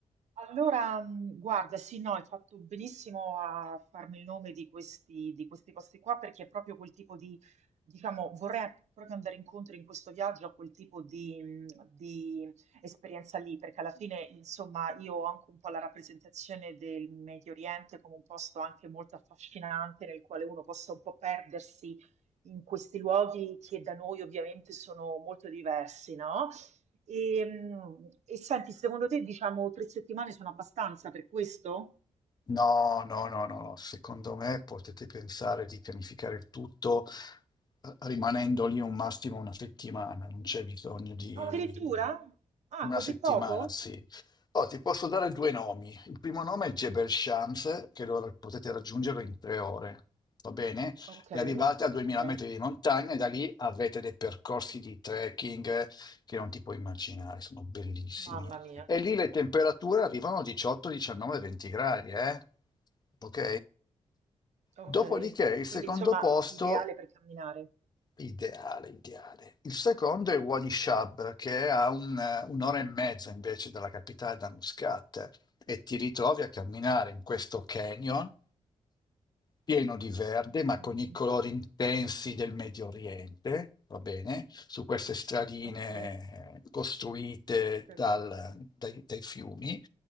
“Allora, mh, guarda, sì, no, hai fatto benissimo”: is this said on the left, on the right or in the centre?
Right